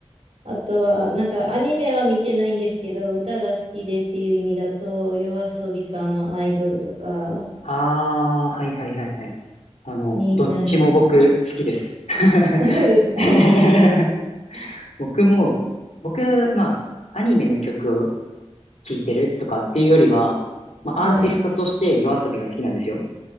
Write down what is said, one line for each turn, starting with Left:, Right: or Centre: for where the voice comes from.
Right: あとは、なんかアニメは見てないんですけど、歌が好きでっていう意味だと、夜遊びさんのアイドルとか
Left: あー、はいはいはいはい。あの、
Right: になりますかね。
Left: どっちも僕好きです。<laughs>
Right: <laughs> そうですか。
Left: <laughs> 僕も、僕、まあ、アニメの曲を聴いてるとかっていうよりは、まあ、
Right: <laughs> はい。
Left: アーティストとして夜遊びが好きなんですよ。